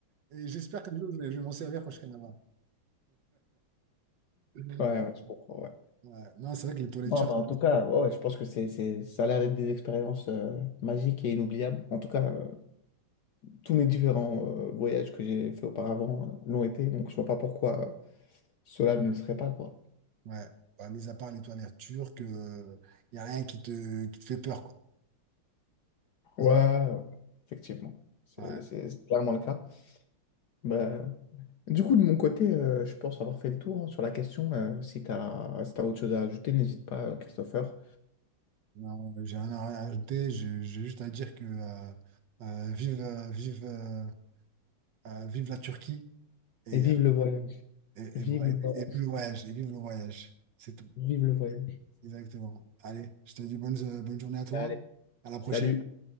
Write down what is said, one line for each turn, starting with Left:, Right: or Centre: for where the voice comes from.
Right: et j'espère qu'un jour je vais, je vais m'en servir quand je serai là-bas. <laughs>
Left: Ouais, ouais, je comprends, ouais.
Right: Ouais. Non, c'est vrai que les toilettes
Left: Non,
Right: turques,
Left: mais en tout cas, ouais, ouais, je pense que c'est, c'est, ça a l'air d'être des expériences euh, magiques et inoubliables. En tout cas, euh, tous mes différents euh, voyages que j'ai fait auparavant euh, l'ont été, donc je vois pas pourquoi euh, cela ne le serait pas, quoi.
Right: ouais, bah, mis à part les toilettes turques, il n'y a rien qui te, qui te fait peur, quoi. Hein
Left: Ouais, ouais, effectivement, c'est
Right: Ouais.
Left: c'est clairement le cas. Ben. Du coup, de mon côté, euh, je pense avoir fait le tour hein, sur la question. Euh, si tu as, si t'as autre chose à ajouter, n'hésite pas, euh, Christopher.
Right: Non, j'ai rien à rajouter, j'ai j'ai juste à dire que euh, euh, vive, euh, vive, euh, euh, vive la Turquie et,
Left: Et vive
Right: euh,
Left: le voyage.
Right: et,
Left: Vive
Right: et voilà,
Left: le
Right: et
Left: voyage.
Right: vi- et vive le voyage, et vive le voyage, c'est tout.
Left: Vive le voyage.
Right: Exactement. Allez, je te dis bonne, bonne journée à toi,
Left: Allez,
Right: à la prochaine.
Left: salut.